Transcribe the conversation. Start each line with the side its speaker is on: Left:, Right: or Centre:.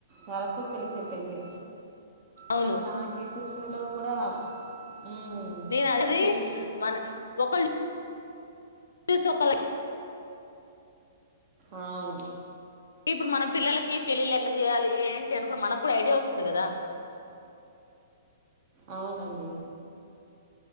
Right: నాకు తెలిసిట్టది
Left: అవును
Right: <unintelligible> చాన్ కేసస్ లో కూడా ఉమ్
Left: నేను అది
Right: పెళ్ళి
Left: మన ఒకళ్ళు చూసు ఒకలా
Right: అవును
Left: ఇప్పుడు మన పిల్లలకి పెళ్ళిళ్ళు ఎట్లా చేయాలి ఏంటి అనుకు మనకు కూడా ఐడియా వస్తుంది కదా
Right: అవునండి